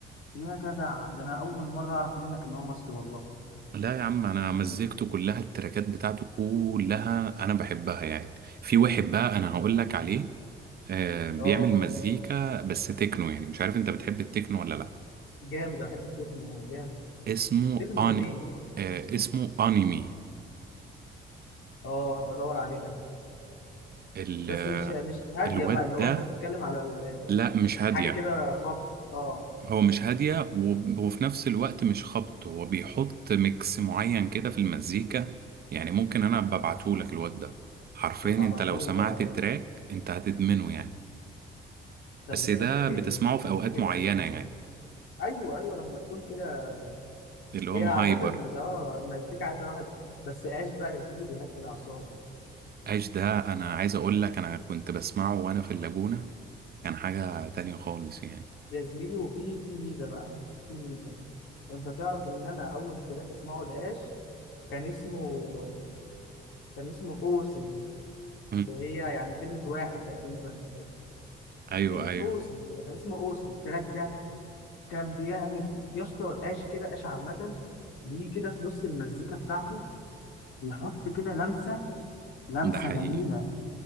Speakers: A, on the left (about 80°); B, on the right (about 50°).
A: يا جدع ده انا اول مره اعرف منك ان هو مصري والله
B: لا يا عم انا مزيكته كلها التراكات بتاعته كلها انا بحبها يعني في واحد بقى انا هقول لك عليه آه بيعمل
A: اه
B: مزيكا بس تكنو يعني مش عارف انت بتحب التكنو ولا لا
A: جامد انا بحب التكنو جامد
B: اسمه
A: تكنو
B: آن...
A: جميل
B: آه اسمه انمي
A: اه هبقى ادور عليه ده
B: ال...
A: بس
B: آه،
A: مش مش هاديه
B: الواد
A: بقى اللي
B: ده
A: هو انت بتتكلم على ال-
B: لا مش هادية
A: حاجه كده خبط اه
B: هو مش هادية وب- وفي نفس الوقت مش خبط هو بيحط ميكس معين كده في المزيكا يعني ممكن انا ببعته لك الواد ده حرفيا
A: يبقى
B: انت
A: ابعتهولي
B: لو سمعت
A: طبعا
B: التراك انت هتدمنه يعني
A: خلي
B: بس
A: بالك
B: ده بتسمعه
A: آه، المزيكا
B: في اوقات معينه
A: جميله
B: يعني
A: ايوه ايوه لما تكون كده
B: اللي هو
A: هي عامه
B: هايبر
A: اه المزيكا عايزه واحد بس ايش بقى يا زميلي بيهدي الاعصاب
B: ايش ده انا عايز اقول لك انا كنت بسمعه وانا في اللاجونه كان حاجه تانية خالص يعني
A: يا زميلي وفي في ميزه بقى في ميزه انت تعرف ان انا اول تراك اسمعه لقاش كان اسمه كان اسمه اوسز
B: مم.
A: اللي هي يعني كلمة واحة تقريبا أو
B: ايوه
A: كلمة
B: ايوه
A: أوسز يعني كان اسمه أوسز التراك ده كان بيعمل يا اسطى قاش كده قاش عامة بيجي كده في نص المزيكا بتاعته بيحط كده لمسة لمسة
B: ده حقيقي
A: جميلة